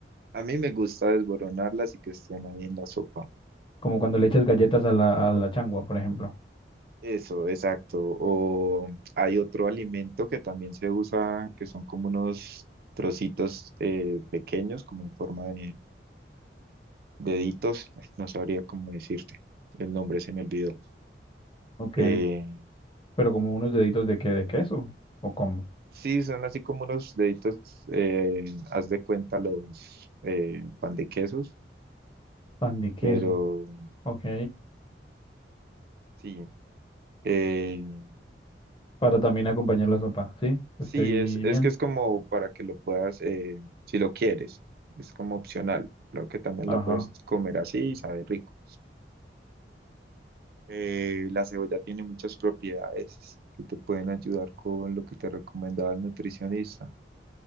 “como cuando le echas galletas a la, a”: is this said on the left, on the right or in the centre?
Left